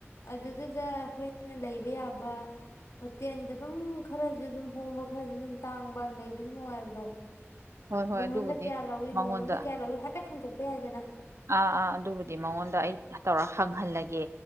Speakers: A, on the left; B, on the right.
A: ꯑꯗꯨꯗꯨꯗ ꯑꯩꯈꯣꯏꯅ ꯂꯩꯕ ꯌꯥꯕ ꯍꯣꯇꯦꯜꯒ ꯑꯗꯨꯝ ꯈꯔꯁꯨ ꯑꯗꯨꯝ ꯍꯣꯡꯕ ꯈꯔꯗꯤ ꯑꯗꯨꯝ ꯇꯥꯡꯕꯅ ꯂꯩꯕꯁꯨ ꯅꯨꯡꯉꯥꯏꯕꯗꯣ
B: ꯍꯣꯏ ꯍꯣꯏ
A: ꯔꯨꯃꯣꯟꯗ
B: ꯑꯗꯨꯕꯨꯗꯤ
A: ꯀꯌꯥ ꯂꯏ
B: ꯃꯉꯣꯟꯗ
A: ꯅꯣꯡꯃꯣꯟꯗ ꯀꯌꯥ ꯂꯧꯎꯏ ꯍꯥꯏꯐꯦꯠ ꯈꯥꯡꯗꯣꯛꯄ ꯌꯥꯏꯗꯅ
B: ꯑꯥ ꯑꯥ ꯑꯗꯨꯕꯨꯗꯤ ꯃꯉꯣꯟꯗ ꯑꯩ ꯇꯧꯔ ꯍꯪꯍꯜꯂꯒꯦ